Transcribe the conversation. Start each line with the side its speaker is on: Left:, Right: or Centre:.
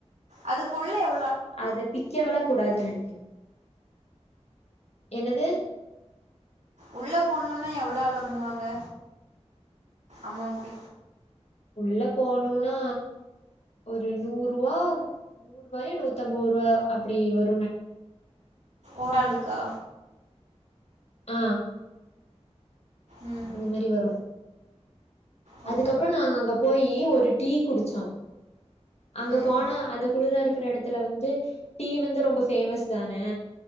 Right: அதுக்குள்ள எவ்
Left: அத பிக்கவல்ல கூடாது நெனைக்கிறே என்னது
Right: உள்ள போணுனா எவ்ளோ அளவ் பண்ணுவாங்க அமௌண்ட்
Left: உள்ள போனுன்னா ஒரு நூறு ரூவா நூறு ரூவாயு நூத்தம்ப ரூவா அப்பிடி வரு
Right: ஓராளுக்கா
Left: ஆ
Right: ம்
Left: அந்த மாரி வரு
Right: ஓ
Left: அதுக்கப்புறோ நாங்க அங்க போயி ஒரு ஒரு டீ குடிச்சோ அங்க
Right: ம்
Left: போனா அந்த குளிரா இருக் க்கிற எடத்துல வந்து டீ வந்து ரொம்ப பேமஸ் தான